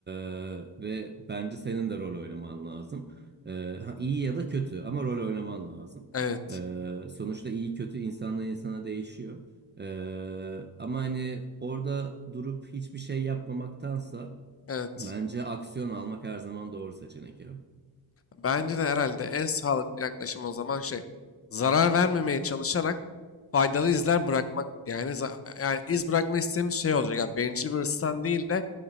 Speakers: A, on the right; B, on the left.
A: e, ve bence senin de rol oynaman lazım. E, ha, iyi ya da kötü ama rol oynaman lazım.
B: Evet.
A: E, sonuçta iyi kötü insandan insana değişiyor. Ee, ama hani orada durup hiçbir şey yapmamaktansa
B: Evet.
A: bence aksiyon almak her zaman doğru seçenek ya.
B: Bence de herhalde en sağlıklı yaklaşım o zaman şey zarar vermemeye çalışarak faydalı izler bırakmak yani za- yani iz bırakma istediğimiz şey olacak. Yani bencil bir hırstan değil de